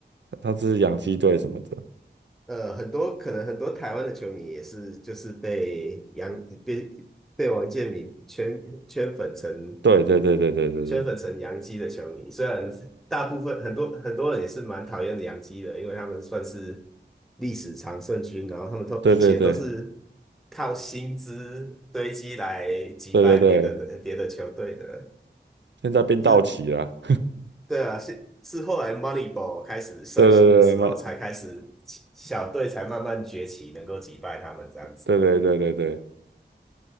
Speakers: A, on the right (about 75°); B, in the centre.
A: 他这是洋基队什么的，
B: 呃，很多可能很多台湾的球迷也是就是被洋被被王建民圈圈粉成
A: 对对对对对对对
B: 圈粉成洋基的球迷，虽然大部分很多很多人也是蛮讨厌洋基的，因为他们算是历史常胜军，然后他们都以前都是
A: 对对对
B: 靠薪资堆积来击败别的别的球队的，
A: 对对对，现在变道奇了，
B: 是对啊，是是后来 Moneyball 开始盛行的时候，
A: <laughs> 对对对，慢，
B: 才开始小队才慢慢崛起，能够击败他们这样子。
A: 对对对对对。